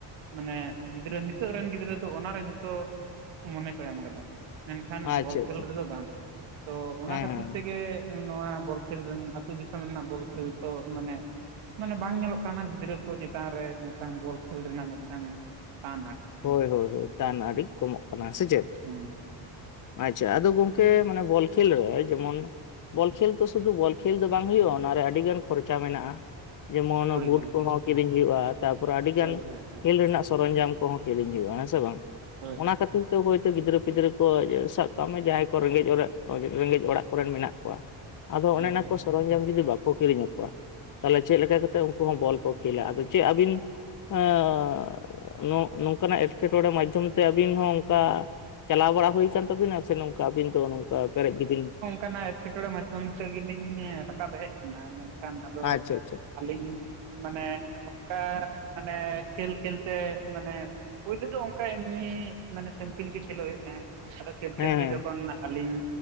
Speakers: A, on the right (about 85°); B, on the left (about 45°).
A: ᱢᱟᱱᱮ ᱜᱤᱫᱽᱨᱟᱹ ᱱᱤᱛᱚᱜ ᱨᱮᱱ ᱜᱤᱫᱽᱨᱟᱹ ᱫᱚ ᱚᱱᱟᱨᱮ ᱡᱷᱚᱛᱚ ᱢᱚᱱᱮ ᱠᱚ ᱮᱢ ᱟᱠᱟᱫᱟ ᱢᱮᱱᱠᱟᱷᱟᱱ
B: ᱟᱪᱪᱷᱟ
A: ᱵᱚᱞ ᱠᱷᱮᱞ
B: ᱟᱪᱪᱷᱟ
A: ᱨᱮᱫᱚ ᱵᱟᱝ, ᱛᱚ ᱚᱱᱟ
B: ᱦᱮᱸ ᱦᱮᱸ
A: ᱛᱮᱜᱮ ᱱᱚᱣᱟ ᱵᱚᱞ ᱠᱷᱮᱞ ᱨᱮᱱ ᱟᱹᱛᱩ ᱫᱤᱥᱚᱢ ᱨᱮᱱᱟᱜ ᱵᱚᱞ ᱠᱷᱮᱞ ᱛᱚ ᱢᱟᱱᱮ ᱢᱟᱱᱮ ᱵᱟᱝ ᱧᱮᱞᱚᱜ ᱠᱟᱱᱟ ᱜᱤᱫᱽᱨᱟᱹ ᱠᱚ ᱪᱮᱛᱟᱱ ᱨᱮ ᱢᱤᱫᱴᱟᱝ ᱵᱚᱞ ᱠᱷᱮᱞ ᱨᱮᱱᱟᱜ ᱢᱤᱫᱴᱟᱝ ᱛᱟᱱ
B: ᱦᱚᱭ ᱦᱚᱭ ᱦᱚᱭ ᱛᱟᱱ ᱟᱹᱰᱤ ᱠᱚᱢᱚᱜ ᱠᱟᱱᱟ ᱥᱮ ᱪᱮᱫ?
A: ᱦᱩᱸ
B: ᱟᱪᱪᱷᱟ ᱟᱫᱚ ᱜᱚᱝᱠᱮ ᱢᱟᱱᱮ ᱵᱚᱞ ᱠᱷᱮᱞ ᱨᱮ ᱡᱮᱢᱚᱱ ᱵᱚᱞ ᱠᱷᱮᱞ ᱛᱚ ᱥᱩᱫᱩ ᱵᱚᱞ ᱠᱷᱮᱞ ᱫᱚ ᱵᱟᱝ ᱦᱩᱭᱩᱜᱼᱟ ᱚᱱᱟᱨᱮ ᱟᱹᱰᱤ ᱜᱟᱱ ᱠᱷᱚᱨᱪᱟ ᱢᱮᱱᱟᱜᱼᱟ ᱾ ᱡᱮᱢᱚᱱ
A: ᱦᱳᱭ
B: ᱵᱩᱴ
A: ᱜᱚᱢᱠᱮ
B: ᱠᱚᱦᱚᱸ ᱠᱤᱨᱤᱧ ᱦᱩᱭᱩᱜᱼᱟ ᱛᱟᱨᱯᱚᱨᱮ ᱟᱹᱰᱤ ᱜᱟᱱ
A: ᱦᱳᱭ ᱦᱳᱭ ᱦᱳᱭ
B: ᱠᱷᱮᱞ ᱨᱮᱱᱟᱜ ᱥᱚᱨᱚᱧᱡᱟᱢ ᱠᱚᱦᱚᱸ ᱠᱤᱨᱤᱧ ᱦᱩᱭᱩᱜᱼᱟ ᱦᱮᱸ ᱥᱮ ᱵᱟᱝ
A: ᱦᱳᱭ
B: ᱚᱱᱟ ᱠᱷᱟᱹᱛ ᱦᱚᱭ ᱛᱚ ᱚᱠᱚᱭ ᱪᱚ ᱜᱤᱫᱽᱨᱟᱹ ᱯᱤᱫᱽᱨᱟᱹ ᱠᱚ ᱥᱟᱵ ᱠᱟᱜ ᱢᱮ ᱡᱟᱦᱟᱸᱭ ᱠᱚ ᱨᱮᱸᱜᱮᱡ ᱚᱲᱮᱡ ᱨᱮᱸᱜᱮᱡ ᱚᱲᱟᱜ ᱠᱚᱨᱮᱱ ᱢᱮᱱᱟᱜ ᱠᱚᱣᱟ ᱾ ᱟᱫᱚ
A: ᱦᱳᱭ
B: ᱚᱱᱮ ᱚᱱᱟ ᱠᱚ ᱥᱚᱨᱚᱧᱡᱟᱢ ᱡᱩᱫᱤ ᱵᱟᱠᱚ ᱠᱤᱨᱤᱧᱟ ᱠᱚᱣᱟ ᱛᱟᱦᱞᱮ ᱪᱮᱫ ᱞᱮᱠᱟ ᱠᱟᱛᱮᱫ ᱩᱱᱠᱩ ᱦᱚᱸ ᱵᱚᱞ ᱠᱚ ᱠᱷᱮᱞᱟ ᱟᱫᱚ ᱪᱮᱫ ᱟᱹᱵᱤᱱ ᱟᱸᱜ ᱱᱚᱜ ᱱᱚᱝ ᱠᱟᱱᱟᱜ ᱮᱴᱠᱮᱴᱚᱬᱮ ᱢᱟᱫᱽᱫᱷᱚᱢ ᱛᱮ ᱟᱹᱵᱤᱱ ᱦᱚᱸ ᱚᱱᱠᱟ ᱪᱟᱞᱟᱣ ᱵᱟᱲᱟ ᱦᱩᱭᱠᱟᱱ ᱛᱟᱵᱤᱱᱟ ᱾ ᱥᱮ ᱱᱚᱝᱠᱟ ᱟᱹᱵᱤᱱ ᱫᱚ ᱱᱚᱝᱠᱟ ᱯᱮᱨᱮᱡ ᱜᱤᱵᱤᱱ
A: ᱠᱟᱱᱟᱜ ᱮᱴᱠᱮᱴᱚᱬᱮ ᱢᱟᱫᱽᱫᱷᱚᱢ ᱛᱮᱜᱮ ᱞᱤᱧ ᱨᱟᱠᱟᱵ ᱦᱮᱡ ᱟᱠᱟᱱᱟ ᱢᱮᱱᱠᱷᱟᱱ ᱟᱫᱚ
B: ᱟᱪᱪᱷᱟ ᱟᱪᱪᱷᱟ
A: ᱟᱹᱞᱤᱧ ᱢᱟᱱᱮ ᱚᱱᱠᱟ ᱢᱟᱱᱮ ᱠᱷᱮᱞ ᱠᱷᱮᱞ ᱛᱮ ᱢᱟᱱᱮ ᱯᱩᱭᱞᱩ ᱫᱚ ᱚᱱᱠᱟ ᱮᱢᱱᱤ ᱢᱟᱱᱮ ᱥᱮᱢᱯᱤᱞ ᱜᱮ ᱠᱷᱮᱞᱚᱜ ᱦᱩᱭᱩᱜ ᱛᱟᱦᱮᱸᱫ ᱟᱫᱚ ᱠᱷᱮᱞ
B: ᱦᱮᱸ
A: ᱠᱷᱮᱞ ᱛᱮ
B: ᱦᱮᱸ
A: ᱡᱚᱠᱷᱚᱱ ᱟᱹᱞᱤᱧ